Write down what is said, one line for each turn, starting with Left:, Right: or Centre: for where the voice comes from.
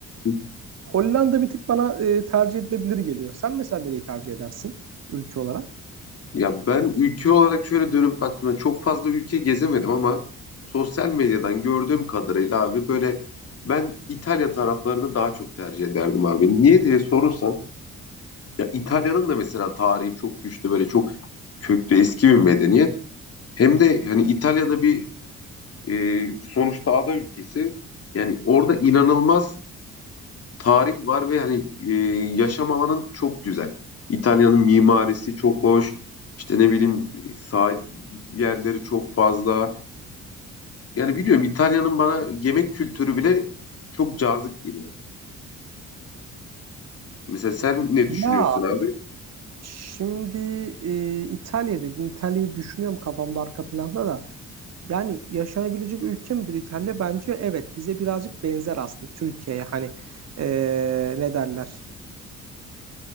Left: hı.
Right: Hollanda bir tık bana e, tercih edilebilir geliyor. Sen mesela nereyi tercih edersin ülke olarak?
Left: Ya ben ülke olarak şöyle dönüp baktığımda çok fazla ülke gezemedim ama sosyal medyadan gördüğüm kadarıyla abi böyle ben İtalya taraflarını daha çok tercih ederdim abi. Niye diye sorursan ya İtalya'nın da mesela tarihi çok güçlü böyle çok köklü eski bir medeniyet. Hem de hani İtalya'da bir e, sonuçta ada ülkesi yani orada inanılmaz tarih var ve hani e, yaşam alanın çok güzel. İtalya'nın mimarisi çok hoş. İşte ne bileyim sahil yerleri çok fazla. Yani biliyorum İtalya'nın bana yemek kültürü bile çok cazip geliyor. Mesela sen ne düşünüyorsun
Right: Ya
Left: abi?
Right: Şimdi e, İtalya dedin. İtalya'yı düşünüyorum kafamda arka planda da. Yani yaşanabilecek ülke midir İtalya? Bence evet. Bize birazcık benzer aslında Türkiye'ye. Hani e, ne derler?